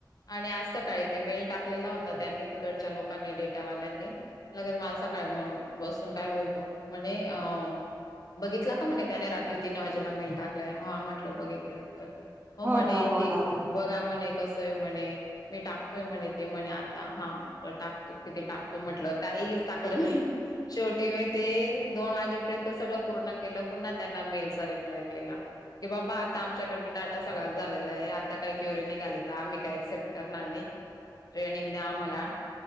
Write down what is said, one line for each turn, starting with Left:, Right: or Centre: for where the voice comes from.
Left: आणि आज सकाळी ते मेल टाकलेला होता त्यांनी, तिकडच्या लोकांनी, डेटावाल्यांनी लगेल माझ सकाळ म्हण बसून काय बोलतो म्हणे अ. बघितला का म्हणे त्याने रात्री तीन वाजेला मेल टाकलाय हा म्हटलं बघितलं एक तर. हो मने
Right: ना हो
Left: हे
Right: ना हो ना
Left: बघा मने. कसय म्हणे मी टाकतोय म्हणे ते म्हणे आता हा म्हटलं टाकतो. त किती टाकतो म्हटलं काही टाकलं नाही. शेवटी मी ते दोन वाजेपर्यंत सगळं पूर्ण केलं पुन्हा त्यांना मेलचा रिप्लाय केला. कि बाबा. आता आमच्याकडन डाटा सगळाा झालेला आहे आता काही क्युरी निघालीत आम्ही काय एक्सेप्ट करणार नाही. ट्रेनिंग द्या मला.